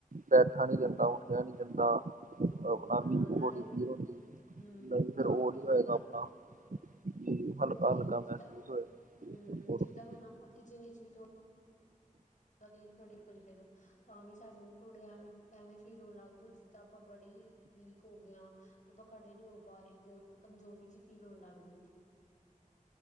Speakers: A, on the right (about 70°); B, on the left (about 65°).
A: ਬੈਠਾ ਨੀ ਜਾਂਦਾ ਉੱਠਿਆ ਨਹੀਂਜਾਂਦਾ ਆਪਣਾ
B: ਹਾਂ
A: ਮੀਂ
B: ਨਾਲੇ
A: ਬੜੀ ਪੀਰ
B: ਫਿਰ
A: ਹੁੰਦੀ
B: ਹੂੰ
A: ਨਹੀਂ
B: ਹੂੰ
A: ਫਰ
B: ਕੰਮ
A: ਉਹ
B: ਵੀ
A: ਨੀ ਹੋਏਗਾ
B: ਹੁੰਦਾ
A: ਆਪਣਾ ਕਿ
B: ਉਹ
A: ਹਲਕਾ
B: ਤੇ ਹੈ
A: ਹਲਕਾ
B: ਹੀ ਹੈ
A: ਮਹਿਸੂਸ
B: ਜਿੱਦਾਂ ਹਮ
A: ਹੋਏਗਾ
B: ਜਿੱਦਾਂ ਹੁਣ ਆਪਾਂ ਕਿਚਨ ਵਿੱਚ ਵੀ ਥੋ ਦੇਰ ਖ ਡੇਢ ਘੰਟੇ ਤੋਂ ਤਾਂਵੇ ਵੀ ਸਾਨੂੰ ਥੋੜੇ ਐਵੇਂ ਐਵੇਂ ਫੀਲ ਹੋਣ ਲੱਗਦੇ ਜਿੱਦਾਂ ਆਪਾਂ ਬੜੀ ਵੀਕ ਹੋਗੇ ਆਂ ਆਪਾਂ ਖੜੇ ਨੀ ਹੋ ਪਾ ਰਹੇ ਬਹੁਤ ਕਮਜ਼ੋਰੀ ਫੀਲ ਹੋਣ ਲੱਗ ਜਾਂਦੀ ਹੈ